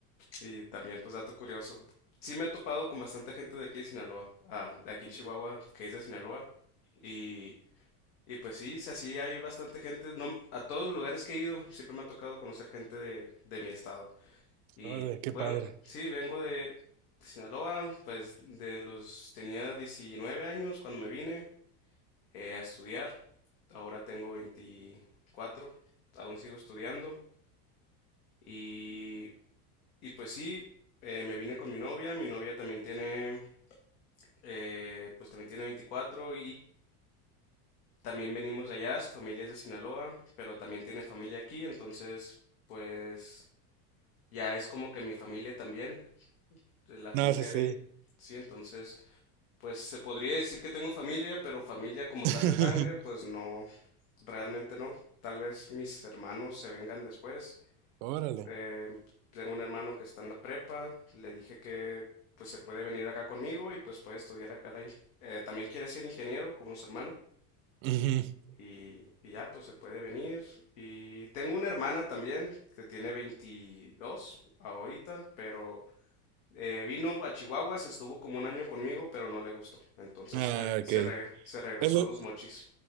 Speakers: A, on the left; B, on the right.
A: y también, pues, dato curioso. Sí me he topado con bastante gente de aquí de Sinaloa, ah, de aquí en Chihuahua, que es de Sinaloa. Y y pues sí, sí, así hay bastante gente. No, a todos los lugares que he ido, siempre me ha tocado conocer gente de, de mi estado. Y
B: Órale, qué
A: bueno,
B: padre.
A: sí, vengo de, Sinaloa, pues de los tenía 19 años cuando me vine eh, a estudiar. Ahora tengo 24, aún sigo estudiando. Y, y pues sí, eh, me vine con mi novia. Mi novia también tiene, eh, pues también tiene 24 También venimos de allá, su familia es de Sinaloa, pero también tiene familia aquí, entonces pues ya es como que mi familia también, de la familia
B: No, sé
A: de
B: sí.
A: ella. Sí, entonces pues se podría decir que tengo familia, pero familia como
B: <laughs>
A: tal de sangre, pues no, realmente no. Tal vez mis hermanos se vengan después.
B: Órale.
A: Eh, tengo un hermano que está en la prepa, le dije que pues se puede venir acá conmigo y pues puede estudiar acá. la ing- eh, también quiere ser ingeniero como su hermano.
B: Ujú.
A: Y, y ya, pues se puede venir. Y tengo una hermana también que tiene 22 ahorita, pero eh, vino a Chihuahua, se estuvo como un año conmigo, pero no le gustó. Entonces
B: Ah,
A: se, re-
B: ok.
A: se, re- se regresó
B: Es lo,
A: a los mochis.